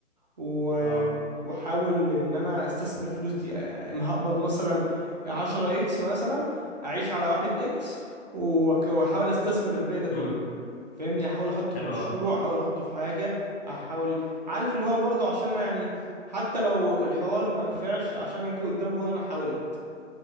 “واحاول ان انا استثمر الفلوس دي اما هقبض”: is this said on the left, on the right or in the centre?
Right